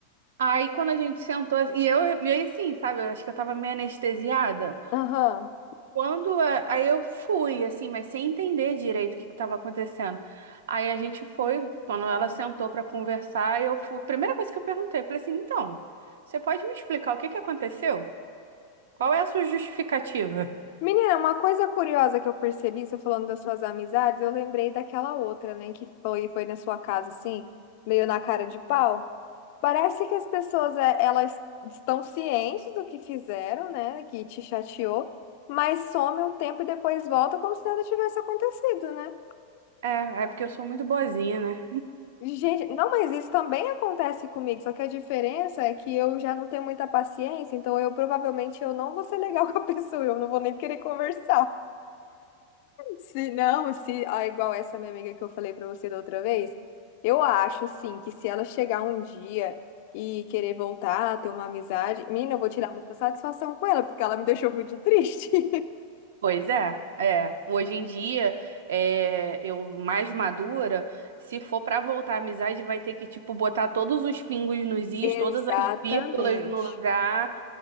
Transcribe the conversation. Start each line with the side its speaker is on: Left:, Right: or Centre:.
Right: Aí quando a gente sentou, e eu, e eu assim, sabe, eu acho que eu tava meio anestesiada.
Left: Aham.
Right: Quando é- aí eu fui assim, mas sem entender direito o que estava acontecendo. Aí a gente foi, quando ela sentou para conversar, eu fui. Primeira coisa que eu perguntei, eu falei assim: "Então, você pode me explicar o que que aconteceu? Qual é a sua justificativa?"
Left: Menina, uma coisa curiosa que eu percebi, você falando das suas amizades, eu lembrei daquela outra, né, que foi, foi na sua casa, assim, meio na cara de pau. Parece que as pessoas, é, elas estão cientes do que fizeram, né, que te chateou, mas some um tempo e depois volta como se nada tivesse acontecido, né?
Right: É, é porque eu sou muito boazinha, né?
Left: Gente, não, mas isso também acontece comigo, só que a diferença é que eu já não tenho muita paciência, então eu provavelmente eu não vou ser legal <laughs> com a pessoa, eu não vou nem querer conversar. Se não, se ah, igual essa minha amiga que eu falei pra você da outra vez, eu acho assim que se ela chegar um dia e querer voltar, ter uma amizade, menina, eu vou tirar muita satisfação com ela, porque ela me deixou muito triste. <laughs>
Right: Pois é, é. Hoje em dia, é, eu mais madura, se for para voltar à amizade, vai ter que, tipo, botar todos os pingos nos is,
Left: Exatamente.
Right: todas as vírgulas no lugar,